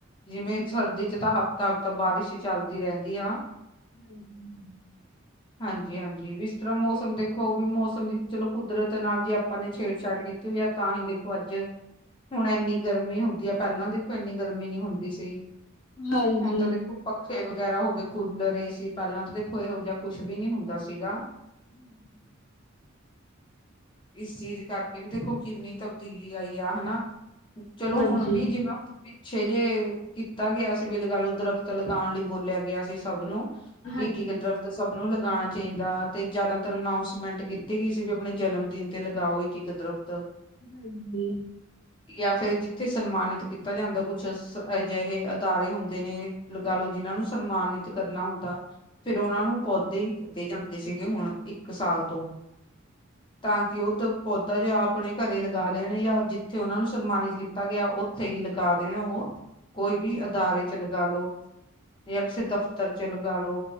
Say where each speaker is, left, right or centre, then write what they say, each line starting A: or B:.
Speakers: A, on the left; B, on the left.
A: ਜਿਵੇਂ
B: ਹਾਂਜੀ
A: ਸਰਦੀ 'ਚ' ਤਾਂ ਹਫ਼ਤਾ-ਹਫ਼ਤਾ ਬਾਰਿਸ਼ ਚੱਲਦੀ ਰਹਿੰਦੀ ਆ।
B: ' <inaudible>
A: ਹਾਂਜੀ-ਹਾਂਜੀ ਵੀ ਇਸ ਤਰ੍ਹਾਂ ਮੌਸਮ ਦੇਖੋ ਵੀ ਮੌਸਮ ਦੀ ਚਲੋ। ਕੁਦਰਤ ਨਾਲ ਜੇ ਆਪਾਂ ਨੇ ਛੇੜਛਾੜ ਕੀਤੀ ਹੋਈ ਐ ਤਾਂ ਹੀ ਦੇਖੋ ਅੱਜ ਹੁਣ ਇੰਨੀ ਗਰਮੀ ਹੁੰਦੀ ਆ, ਪਹਿਲਾਂ ਦੇਖੋ ਇੰਨੀ ਗਰਮੀ ਨੀ ਹੁੰਦੀ ਸੀ
B: ਹਾਂਜੀ
A: ਹੁਣ ਤਾਂ ਦੇਖੋ ਪੱਖੇ ਵਗੈਰਾ ਹੋ ਗਏ ਕੂਲਰ, ਏ ਸੀ ਪਹਿਲਾਂ ਤਾਂ ਦੇਖੋ ਇਹੋ ਜਿਹਾ ਕੁੱਛ ਵੀ ਨਹੀਂ ਹੁੰਦਾ ਸੀਗਾ।
B: ਹਾਂਜੀ।
A: ਇਸ ਚੀਜ਼ ਕਰਕੇ ਵੀ ਦੇਖੋ ਕਿੰਨੀ ਤਬਦੀਲੀ ਆਈ ਆ ਹਨਾ। ਚਲੋ
B: ਹਾਂਜੀ
A: ਹੁਣ ਵੀ ਜਿਵੇਂ ਸੇਜੇ, ਕੀਤਾ ਗਿਆ ਸੀ ਵੀ ਲਗਾਲੋ ਦਰੱਖਤ ਲਗਾਣ ਲਈ ਬੋਲਿਆ ਗਿਆ ਸੀ ਸਭ ਨੂੰ।
B: ਹਾਂਜੀ,
A: ਕਿ-ਕਿ ਕਿਧਰ ਤੇ ਸਭ ਨੂੰ ਲਗਾਉਣਾ ਚਾਹੀਦਾ ਤੇ ਜ਼ਿਆਦਾਤਰ ਅਨਾਉਸਮੈਂਟ ਕੀਤੀ ਗਈ ਵੀ, ਆਪਣੇ ਜਨਮ ਦਿਨ ਤੇ ਲਗਾਓ ਕਿ ਇੱਕ- ਇੱਕ ਦਰੱਖਤ ਤ
B: ਹਾਂਜੀ।
A: ਜਾਂ ਫਿਰ ਜਿੱਥੇ ਸਨਮਾਨਿਤ ਕੀਤਾ ਜਾਂਦਾ ਕੁ ਕੁਛ ਅਜਿਹੇ ਅਦਾਰੇ ਹੁੰਦੇ ਨੇ ਲਗਾ ਲੋ ਜਿਨਾਂ ਨੂੰ ਸਨਮਾਨਿਤ ਕਰਨਾ ਹੁੰਦਾ। ਫਿਰ ਉਹਨਾਂ ਨੂੰ ਪੌਦੇ ਹੀ ਦਿੱਤੇ ਜਾਂਦੇ ਸੀਗੇ ਹੁਣ ਇੱਕ ਇਕ ਸਾਲ ਤੋਂ ' <inaudible> ' ਤਾਂ ਕਿ ਉਹ ਪੌਦਾ ਜੋ ਆਪਣੇ ਘਰੇ ਲਗਾ ਲੈਣ ਜਾਂ ਜਿੱਥੇ ਉਹਨਾਂ ਨੂੰ ਸਨਮਾਨਿਤ ਕੀਤਾ ਗਿਆ ਉੱਥੇ ਹੀ ਲਗਾ ਦੇਣ ਉਹ ਕੋਈ ਵੀ ਅਦਾਰੇ 'ਚ' ਲਗਾ ਲੋ। ਜਾਂ ਕਿਸੇ ਦਫ਼ਤਰ 'ਚ' ਲਗਾ ਲੋ